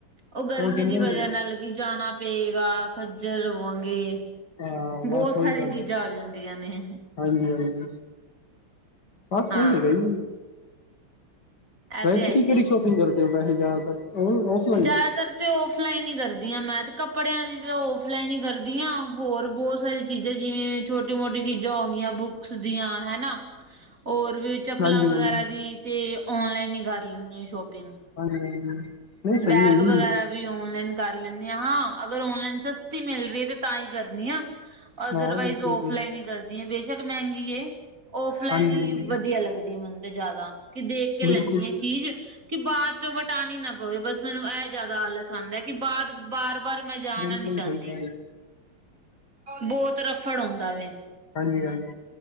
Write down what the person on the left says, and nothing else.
ਕਹਿੰਦੇ
ਨੇ
ਹਾਂ ਬਸ
ਉਹੀ ਗੱਲ
ਹੈ
ਹਾਂਜੀ- ਹਾਂਜੀ ਬਸ
ਸਹੀ ਹੈਗਾ ਜੀ।
ਭੈ,
ਤੁਸੀਂ
ਕਿਹੜੀ
ਸ਼ੋਪਿੰਗ ਕਰਦੇ ਹੋ ਵੈਸੇ ਜ਼ਿਆਦਾਤਰ ਔ ਔਫਲਾਈਨ
ਹਾਂਜੀ ਹਾਂਜੀ
ਹਾਂਜੀ- ਹਾਂਜੀ। ਨਹੀਂ ਸਹੀ
ਹੈ ਜੀ
ਹਾਂ ਬਿਲਕੁਲ
ਜੀ
ਹਾਂਜੀ
ਹਾਂਜੀ
ਬਿਲਕੁਲ
ਬਿਲਕੁਲ
ਸਹੀ ਕਹਿ ਰਹੇ
ਹਾਂਜੀ- ਹਾਂਜੀ,